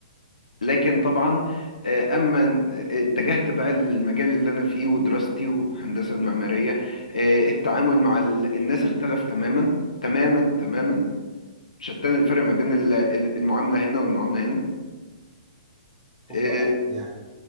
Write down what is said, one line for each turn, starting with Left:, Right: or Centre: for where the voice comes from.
Left: لكن طبعا آه، اما اتجهت بقى للمجال اللي انا فيه ودراستي والهندسة المعمارية آه، التعامل مع ال- الناس اختلف تماما تماما تماما شتان الفرق ما بين ال- المعاملة هنا والمعاملة هنا
Right: خد
Left: آه،
Right: بالك يعني